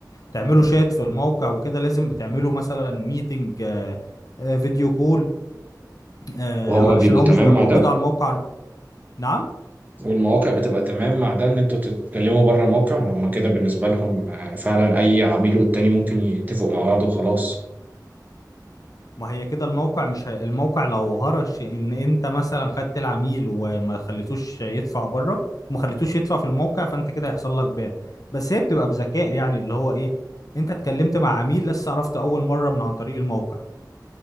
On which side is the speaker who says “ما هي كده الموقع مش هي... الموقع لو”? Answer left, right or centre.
Left